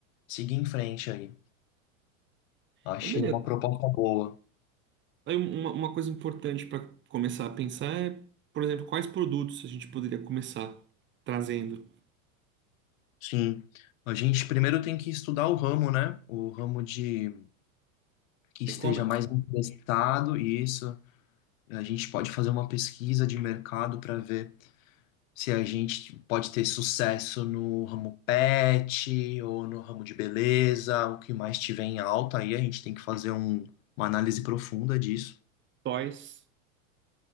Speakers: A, on the left; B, on the right.
A: seguir em frente aí. Achei
B: Então, beleza.
A: uma proposta boa.
B: Aí uma, uma coisa importante para começar a pensar é, por exemplo, quais produtos a gente poderia começar trazendo?
A: Sim. A gente primeiro tem que estudar o ramo, né? O ramo de que esteja
B: E-commerce,
A: mais interessado, isso. A gente pode fazer uma pesquisa de mercado para ver se a gente pode ter sucesso no ramo pet ou no ramo de beleza, o que mais tiver em alta. Aí a gente tem que fazer um- uma análise profunda disso.
B: toys.